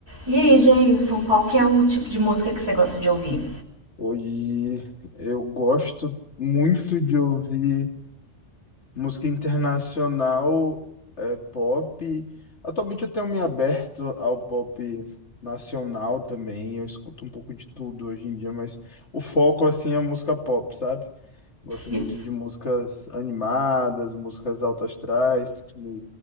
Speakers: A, on the right (about 20°); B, on the left (about 65°).
A: E aí, Jailson, qual que é o tipo de música que você gosta de ouvir?
B: Hoje eu gosto muito de ouvir música internacional, é, pop. Atualmente eu tenho me aberto ao pop nacional também. Eu escuto um pouco de tudo hoje em dia, mas o foco assim é música pop, sabe? Gosto
A: E-
B: muito de músicas animadas, músicas alto astrais, que